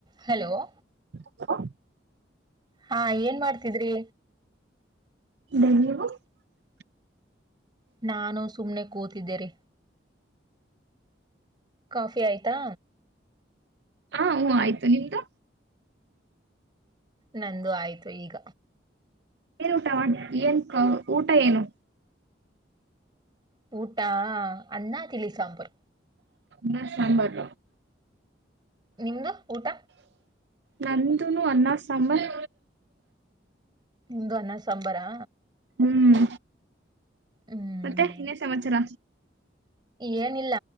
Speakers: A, on the right (about 25°); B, on the right (about 65°).
A: Hello
B: ಹ <unintelligible>
A: ಹಾ ಏನ್ ಮಾಡ್ತಿದ್ರಿ
B: ನೀವು <unintelligible>
A: ನಾನು ಸುಮ್ನೆ ಕೂತಿದ್ದೇರಿ ಕಾಫಿ ಆಯ್ತಾ
B: ಹಾ ಹ ಆಯ್ತು ನಿಮ್ದು
A: ನಂದು ಆಯ್ತು ಈಗ
B: ಏನ್ ಊಟ ಏನ್ ಕ ಊಟ ಏನು
A: ಪಊಟಾ ಅಣ್ಣಾ ತಿಳಿ ಸಾಂಬಾರ
B: ನ ಸಾಂಬಾರ
A: ನಿಮ್ದು ಊಟ
B: ನಂದನು ಅಣ್ಣ ಸಾಂಬಾರ್
A: ನಿಮ್ದು ಅನ್ನ ಸಾಂಬಾರಾ
B: ಹ್ಮ್
A: ಹ್ಮ್
B: ಮತ್ತೆ ಇನ್ನೇ ಸಮಾಚಾರ
A: ಏನಿಲ್ಲ